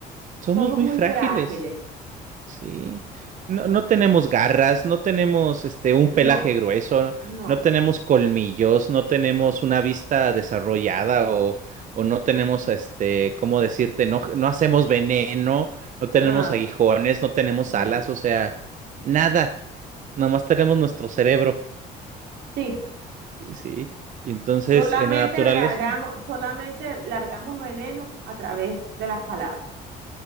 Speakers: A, on the right; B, on the right.
A: somos
B: Somos
A: muy
B: muy
A: frágiles.
B: frágiles.
A: Sí, no, no tenemos garras, no tenemos este un
B: No,
A: pelaje grueso,
B: no.
A: no tenemos colmillos, no tenemos una vista desarrollada o, o no tenemos este, ¿cómo decirte? No, no hacemos veneno, no tenemos
B: Ah,
A: aguijones, no tenemos
B: mm,
A: alas, o sea, nada. Nomás tenemos nuestro cerebro.
B: sí.
A: y Sí. Y entonces,
B: Solamente
A: en la naturaleza.
B: largamos, solamente largamos veneno a través de las palabras.